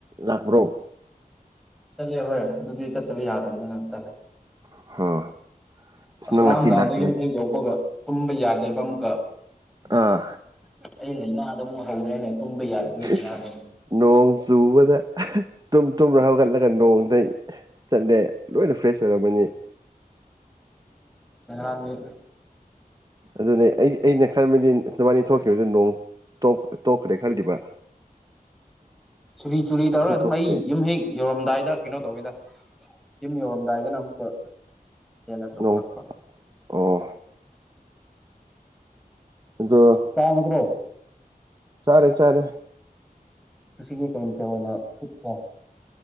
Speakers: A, on the right; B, in the centre.
A: ꯂꯥꯛꯄ꯭ꯔꯣ
B: ꯆꯠꯂꯦ ꯍꯣꯏ ꯑꯗꯨꯗꯤ ꯆꯠꯇꯕ ꯌꯥꯗꯕꯅꯤꯅꯪ ꯆꯠꯂꯦ
A: ꯑꯥ ꯑꯁ
B: ꯑꯁꯔꯥꯡ
A: ꯅꯪ ꯉꯁꯤ
B: ꯅꯨꯡꯗꯥꯡꯗꯒꯤ
A: ꯂꯥꯛꯇꯕꯒꯤ
B: ꯑꯃ ꯍꯦꯛ ꯌꯥꯎꯕꯒ ꯄꯨꯝꯕ ꯌꯥꯗꯦꯕ ꯑꯃꯒ
A: ꯑꯥ
B: ꯑꯩ ꯂꯥꯏꯅꯥꯗ ꯑꯃꯨꯛ ꯍꯧꯔꯦꯅꯦ ꯇꯨꯝꯕ ꯌꯥꯗꯒꯤ ꯂꯥꯏꯅꯥꯗ
A: ꯏꯁ ꯅꯣꯡ ꯆꯨꯕꯗ ꯇꯨꯝ ꯇꯨꯝ ꯍꯧꯒꯠꯂꯒ ꯅꯣꯡ ꯑꯗ ꯆꯠꯂꯦ ꯂꯣꯏꯅ ꯐ꯭ꯔꯦꯁ ꯑꯣꯏꯔꯝꯃꯅꯤ
B: ꯥꯡꯒꯦ
A: ꯑꯗꯨꯅꯦ ꯑꯩ ꯑꯩꯅ ꯈꯜꯕꯗꯤ ꯅꯕꯥꯅꯤ ꯊꯣꯛꯈꯤꯕꯗꯨ ꯅꯣꯡ ꯇꯣꯛꯈ꯭ꯔꯦ ꯈꯜꯂꯤꯜꯂꯤꯕ꯭ꯔꯥ
B: ꯆꯨꯔꯤ ꯆꯨꯔꯤ ꯇꯧꯔ ꯑꯗꯨꯝ
A: ꯇꯣꯛꯇꯦ
B: ꯑꯩ ꯌꯨꯝ ꯍꯦꯛ ꯌꯧꯔꯝꯗꯥꯏꯗ ꯀꯩꯅꯣ ꯇꯧꯋꯤꯗ ꯌꯨꯝ ꯌꯧꯔꯝꯗꯥꯏꯗꯅ ꯑꯃꯨꯛꯀ ꯍꯦꯟꯅ ꯆꯥꯎꯈꯠꯂꯛꯄ
A: ꯅꯣꯡ ꯑꯣ ꯑꯗꯣ
B: ꯆ ꯃꯇ꯭ꯔꯣ
A: ꯆꯔꯦ ꯆꯔꯦ
B: ꯁꯤꯗꯤ ꯀꯔꯤꯝꯇ ꯑꯩꯈ ꯑꯣꯏꯅ ꯊꯤꯠꯄꯣ